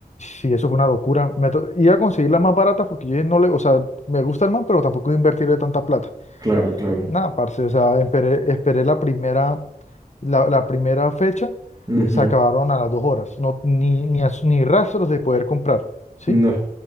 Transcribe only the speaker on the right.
Claro, claro.
Ujú.
No.